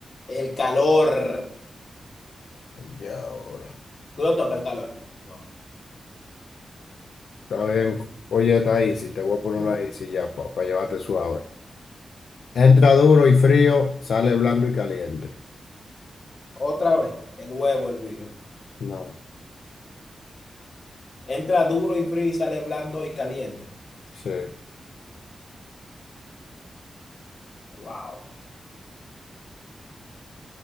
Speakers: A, on the left (about 45°); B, on the left (about 85°).
A: El calor.
B: Y ahora.
A: ¿Tú no tocas el calor? No.
B: Está bien. Oye, está easy. Te voy a poner
A: <laughs>
B: una easy ya para llevarte suave. Entra duro y frío, sale blando y caliente.
A: Otra vez, el huevo hervido.
B: No,
A: Entra duro y frío y sale blando y caliente.
B: sí,
A: Wow.